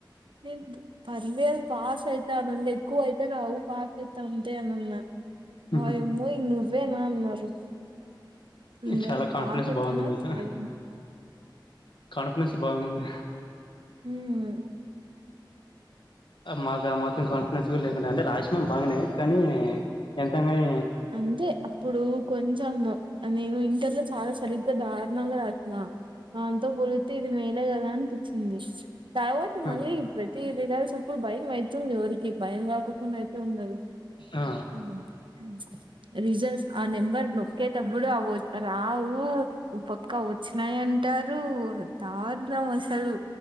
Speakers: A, on the right; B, on the left.
A: నేను పర్లేదు పాస్ అయితా అ నుండే ఎక్కువ అయితే రావు పాస్ అయితా అంతే అనన్నా
B: హుహు.
A: వయమ్మో నువ్వే నా అన్నారు ఇంగ
B: చాలా కాన్ఫిడెన్స్
A: పాస్ అయిపోయిన
B: బావుంది మీకు.
A: చాలు
B: కాన్ఫిడెన్స్ బాగుంది
A: హమ్
B: మాకు ఆ మాత్రం కాన్ఫిడెన్స్ గుడా లేకుండే అంటే రాసినం బాగానే కానీ ఎంత అయినగాని
A: అందే అ ఇప్పుడు కొంచెం నేను ఇంటర్ లో చాలా సరిగ్గా దారుణంగా రాసిన దాంతో పొలిస్తే ఇది మేలే కదా అనిపించింది తర్వాత
B: ఆ!
A: మళ్ళీ ప్రతి రిజల్ట్స్ అప్పుడు బయ మైతుంది ఉరికి నీకు భయం కాకోకుండా అయితే ఉండదు
B: ఆ!
A: ఉమ్ ఉమ్ రిజల్ట్స్ ఆ నెంబర్ నొక్కేటప్పుడు అ వ రావు పక్కా వచ్చినాయని టారూ దారుణం అసలు